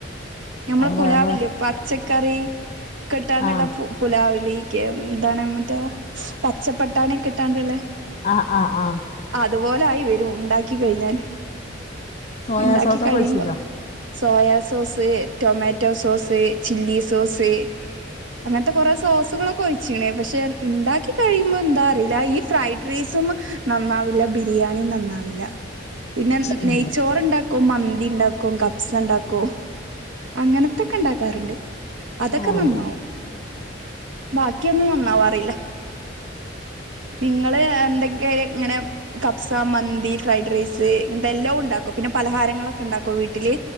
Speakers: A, on the right; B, on the left.
A: ഞമ്മള
B: അത്
A: പുലാവില്ലേ
B: വേവ്
A: പച്ചക്കറി ക്ക്ട്ടാണ്ട്ള്ള
B: ആഹ്
A: പു പുലാവിലീക്ക് ന്താണ് മറ്റേ പച്ചപ്പട്ടാണൃക്കെ ട്ടാണ്ട്ള്ളേ
B: ആഹ് ആഹ് ആഹ്
A: അത്പോലായി വരും ഇണ്ടാക്കികഴിഞാല്
B: സോയാ
A: ഇണ്ടാക്കി
B: സോസൊക്കെ
A: കഴിയുമ്പോ
B: ഒഴിച്ചിനോ
A: soya sauce tomato sauce chilli sauce അങ്ങൻത്ത കെറെ സോസുകളൊ കൊ ഒയ്ച്ച്ണ് പഷെ ഇണ്ടാക്കി ഇ കഴിയുമ്പോ എന്താ അറീല ഈ ഫ്രൈഡ് റൈസും നന്നാവില്ല ബിരിയാണിം നന്നാവില്ല പിന്നെ
B: ഉം
A: നെയ്ച്ചോറ്ണ്ടാക്കും മന്തി ണ്ടാക്കും കപ്സണ്ടാക്കും അങ്ങനത്തക്ക ണ്ടാക്കാർണ്ട് അതൊക്കെ
B: ആഹ്
A: നന്നാവും ബാക്കിയൊന്നും നന്നാവാറില്ല നിങ്ങള് എന്തെക്കെ ഇങ്ങനെ കപ്സ മന്തി ഫ്രൈഡ് റൈസ് ഇൻത്ത എല്ലൗണ്ടാക്കും പിന്നെ പലഹാരങ്ങളൊക്കണ്ടാക്കോ വീട്ടില്